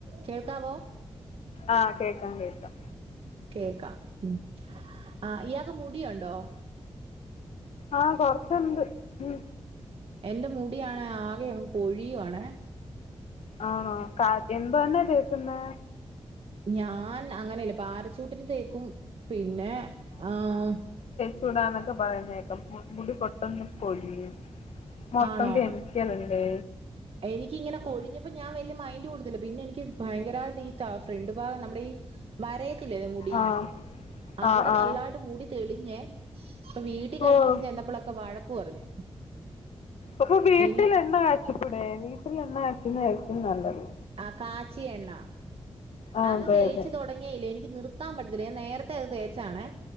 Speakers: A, on the right; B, on the left.
A: കേൾക്കാവോ?
B: ആഹ് കേൾക്കാം കേക്കാം
A: കേക്കാം മ് ആഹ് ഇയാക് മു ഡി ഉണ്ടോ
B: ആഹ് കൊറച്ചുണ്ട് ഉം
A: എന്റെ മുടിയാണ് ആകെങ് കോഴിയു ആണേ
B: ആണോ കാ എന്താന്ന കേക്ന്നെ
A: ഞാൻ അങ്ങനെയല്ല പാറച്ചൂട്ടിന് തേക്കും പി ന്നെ ആഹ്
B: ചൂടാന്നൊക്കെ പറയുന്നേക്കം മുടി പൊട്ടന്ന് കൊഴിയ്യും മൊത്തം
A: ആണോ
B: കെമ്മിക്കലേല്ലേ
A: എനിക്കിങ്ങനെ കൊഴിഞ്ഞപ്പോ ഞാൻ വെല്യ മൈന്റ് കൊടുത്തില്ല പിന്നെ എനിക്ക് ക്ക് ഭയങ്കരായിട്ട് ഈ ഫ്രണ്ട് ഭാഗം നമ്മുടെ ഈ വരയത്തില്ലല്ലേ മുടി
B: ആഹ്
A: അവിടെ
B: ആഹ് ആഹ്
A: നല്ലായിട്ട് മുടി തെളി ഏ ഇപ്പ വീട്ടി കഴിഞ്ഞദിവസം
B: ഓഹ്
A: ചെന്നപ്പഴൊക്കെ വഴക്ക് ക്ക് പറഞ്ഞു.
B: അപ്പൊ വീട്ടില്
A: ഇനി
B: എണ്ണ കാച്ചിക്കൂടേ ഇത്തിരി എണ്ണ ആക്കുന്ന ആയിരിക്കും നല്ലത്
A: ആ കാച്ചിയ എണ്ണ
B: ആഹ്
A: അത്
B: അതെ
A: തേച്ച്
B: അതെ
A: തൊടങ്ങിയ ഇല്ലേ എനി നിർത്താൻ പറ്റത്തില്ല ഞാൻ നേരത്തെ അത് തേച്ചാണെ